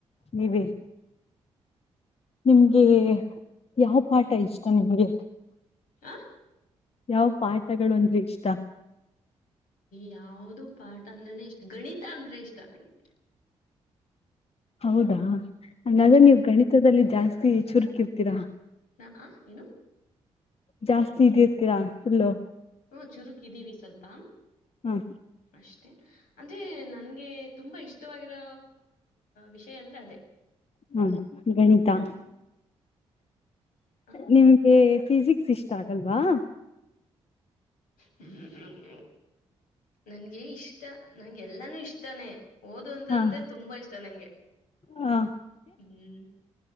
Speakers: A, on the left; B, on the left.
A: ನೀವೇ ನಿಮ್ಗೆ ಯಾವ ಪಾಠ ಇಷ್ಟ ನಿಮ್ಗೆ
B: ಹ
A: ಯಾವ ಪಾಠಗಳು ಅಂದ್ರೆ ಇಷ್ಟ
B: ಯಾವ್ದ ಪಾಠ ಅಂದ್ರನೆ ಇಷ್ಟ ಗಣಿತ ಅಂದ್ರೆ ಇಷ್ಟ ನಂಗೆ
A: ಹೌದಾ ನಲ್ಲ
B: ಹೌದು
A: ನೀವು್ ಗಣಿತದಲ್ಲಿ ಜಾಸ್ತಿ ಚುರುಕಿರ್ತೀರಾ
B: ನಾ ಆ ಏನು
A: ಜಾಸ್ತಿ ಇದಿರ್ತೀರಾ ಅುಲ್ಲು
B: ಹ್ಮ ಚುರುಕ್ಿದ್ದೀವಿ ಸ್ವಲ್ಪ
A: ಹ
B: ಅಷ್ಟೆ ಅಂದ್ರೆ ನನ್ಗೆ ತುಂಬಾ ಇಷ್ಟವಾಗಿರ ವಿಷಯ ಅಂದ್ರೆ ಅದೇ.
A: ಹ್ಮ್ಮ್ ಗಣಿತಾ.
B: ಹ್ಮ್ ಹ್ಮ್
A: ನಿಮ್ಗೆ ಫಿಸಿಕ್ಸ್ ಇಷ್ಟ ಆಗಲ್ವಾ.
B: ಹ್ಮ್ಮ. ನನ್ಗೆ ಇಷ್ಟ ನಂಗೆಲ್ಲಾನು ಇಷ್ಟಾನೇ. ಓದು ಅಂತ
A: ಹ
B: ಅಂದ್ರೆ ತುಂಬಾ ಇಷ್ಟ ನಂಗೆ
A: ಹ
B: ಹ್ಮ್.